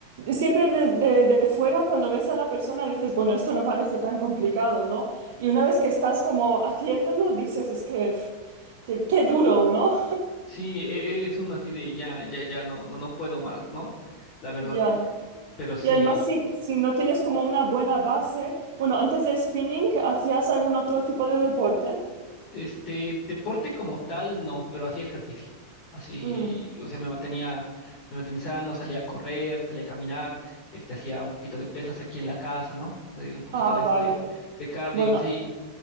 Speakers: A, on the right; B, on the left.
A: Siempre desde de fuera, cuando ves a la persona, dices, bueno, esto no parece tan complicado, ¿no? Y una vez que estás como haciéndolo, dices, es que, pf, qué, qué duro, ¿no?
B: Sí, e- e- es un así de ya, ya, ya no, no, no puedo más, ¿no? La verdad.
A: Ya.
B: Pero sí,
A: Y además, si, si no tienes como una buena base, bueno, antes de spinning, ¿hacías algún otro tipo de deporte?
B: este deporte como tal, no, pero hacía ejercicio. Así,
A: Mm.
B: o sea, me mantenía, me mantenía sano, salía a correr, salía a caminar, este, hacía un poquito de pesas aquí en la casa, ¿no? Eh, un poquito
A: Ah,
B: de este,
A: vale.
B: de cardio,
A: Bueno,
B: sí.